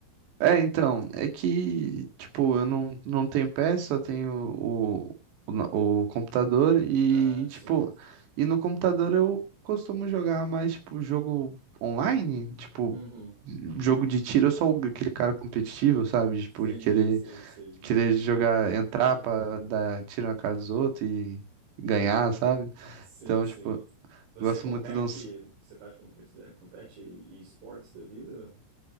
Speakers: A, on the right; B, on the right.
A: É, então, é que, tipo, eu não, não tenho PS, só tenho o, o, na- o computador e,
B: Ah, sim.
A: tipo, e no computador eu costumo jogar mais, tipo, jogo online, tipo,
B: Uhum.
A: jogo de tiro, eu sou aquele cara competitivo, sabe? Tipo,
B: Sim,
A: de querer,
B: sim, sim.
A: querer jogar, entrar pra dar tiro na cara dos outros e ganhar, sabe?
B: Sim,
A: Então,
B: sim.
A: tipo,
B: Você
A: gosto
B: compete?
A: muito de uns,
B: Você faz compete, é, compete esportes da vida?